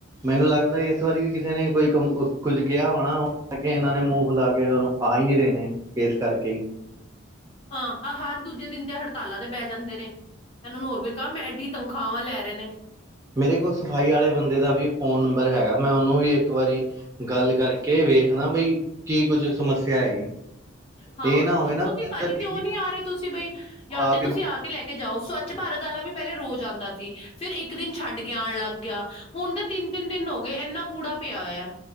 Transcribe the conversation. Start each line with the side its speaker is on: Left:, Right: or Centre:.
Right: ਮੈਨੂੰ ਲੱਗਦਾ ਇਸ ਵਾਰੀ ਵੀ ਕਿਸੇ ਨੇ ਕੋਈ ਕੁੱਝ ਕਿਹਾ ਹੋਣਾ ਉਹ ਕੇ ਇਹਨਾਂ ਨੇ ਮੂੰਹ ਫੈਲਾ ਕੇਰ ਆ ਹੀ ਨਹੀਂ ਰਹੇ ਨੇ। ਇਸ ਕਰਕੇ ਹੀ
Left: ਹਾਂ, ਆ ਹਰ ਦੂਜੇ ਦਿਨ ਤੇ ਹੜਤਾਲਾਂ ਦੇ ਬਹਿ ਜਾਂਦੇ ਨੇ। ਇਹਨਾਂ ਨੂੰ ਹੋਰ ਕੋਈ ਕੰਮ ਐਡੀ ਤਨਖਾਹਾਂ ਲੈ ਰਹੇ ਨੇ।
Right: ਮੇਰੇ ਕੋਲ ਸਫ਼ਾਈ ਵਾਲੇ ਬੰਦੇ ਦਾ ਵੀ ਫੋਨ ਨੰਬਰ ਹੈਗਾ। ਮੈਂ ਉਹਨੂੰ ਵੀ ਇੱਕ ਵਾਰੀ ਗੱਲ ਕਰਕੇ ਵੇਖਦਾ ਬਈ ਕੀ ਕੁੱਝ ਸਮੱਸਿਆ ਹੈਗੀ।
Left: ਹਾਂ,
Right: ਇਹ
Left: ਉਹਨੂੰ
Right: ਨਾ ਹੋਵੇ
Left: ਪੁੱਛੋਗੀ
Right: ਨਾ ਬਈ ਅੰਦਰ
Left: ਭਾਜੀ ਕਿਉਂ ਨਹੀਂ ਆ ਰਹੇ ਤੁਸੀਂ ਬਈ, ਜਾਂ
Right: ਆਪ
Left: ਤੇ
Right: ਹੀ
Left: ਤੁਸੀਂ ਆ ਲੈ ਕੇ ਜਾਓ। ਸਵੱਛ ਭਾਰਤ ਵਾਲਾ ਵੀ ਪਹਿਲੇ ਰੋਜ਼ ਆਉਂਦਾ ਸੀ। ਫਿਰ ਇੱਕ ਦਿਨ ਛੱਡ ਕੇ ਆਉਣ ਲੱਗ ਪੈਆ। ਹੁਣ ਤਾਂ ਤਿੰਨ- ਤਿੰਨ ਦਿਨ ਹੋ ਗਏ ਇੰਨਾ ਕੂੜਾ ਪਿਆ ਹੋਇਆ।